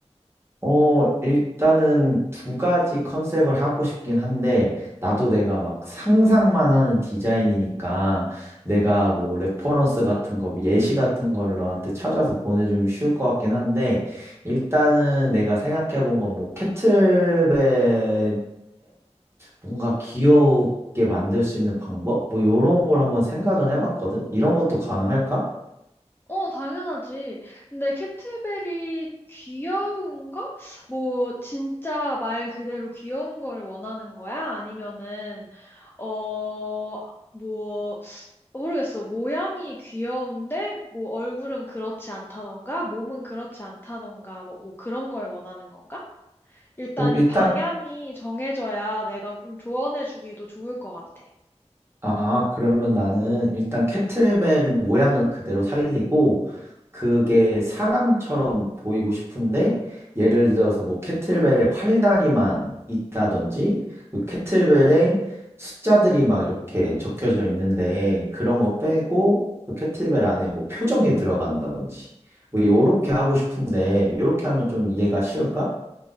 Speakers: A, on the right (about 20°); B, on the left (about 20°).
A: 어, 일단은 두 가지 컨셉을 하고 싶긴 한데, 나도 내가 막 상상만 하는 디자인이니까, 내가 뭐 레퍼런스 같은 거, 뭐 예시 같은 거를 너한테 찾아서 보내주면 쉬울 것 같긴 한데, 일단은 내가 생각해 본 건 뭐, 캐틀벨에 뭔가 귀엽게 만들 수 있는 방법? 뭐, 요런 걸 한번 생각은 해봤거든? 이런 것도 가능할까?
B: 어, 당연하지. 근데 캐트벨이 귀여운가? 뭐, 진짜 말 그대로 귀여운 거를 원하는 거야? 아니면은, 어, 뭐, 모르겠어. 모양이 귀여운데, 뭐, 얼굴은 그렇지 않다던가, 몸은 그렇지 않다던가, 뭐, 뭐 그런 걸 원하는 건가? 일단
A: 뭐, 일단
B: 이 방향이 정해져야 내가 좀 조언해주기도 좋을 것 같아.
A: 아, 그러면 나는 일단 캐틀벨 모양은 그대로 살리고, 그게 사람처럼 보이고 싶은데, 예를 들어서 뭐 캐틀벨의 팔다리만 있다든지, 그 캐틀벨에 숫자들이 막 이렇게 적혀져 있는데, 그런 거 빼고, 그 캐틀벨 안에 뭐 표정이 들어간다든지, 뭐 요렇게 하고 싶은데, 요렇게 하면 좀 이해가 쉬울까?